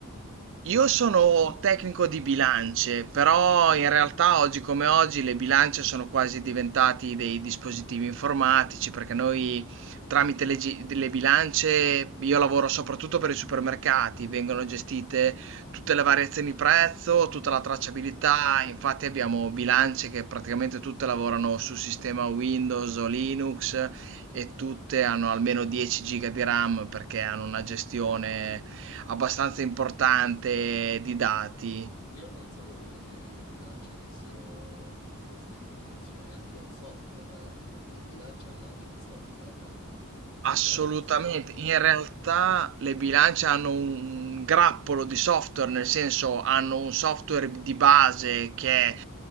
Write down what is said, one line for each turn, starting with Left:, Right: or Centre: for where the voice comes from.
Left: de-
Right: Io sono tecnico di bilance, però in realtà oggi come oggi le bilance sono quasi diventati dei dispositivi informatici perché noi tramite le, gi- le bilance, io lavoro soprattutto per i supermercati, vengono gestite tutte le variazioni di prezzo, tutta la tracciabilità, infatti abbiamo bilance che praticamente tutte lavorano su sistema Windows o Linux e tutte hanno almeno 10 giga di RAM perché hanno una gestione abbastanza importante di dati.
Left: Io non sapevo le- che le bilance avessero tutte queste informazioni, anche un software, le bilance hanno anche un software, non pensavo
Right: Assolutamente,
Left: a questa cosa.
Right: in realtà le bilance hanno un grappolo di software, nel senso hanno un software di base che è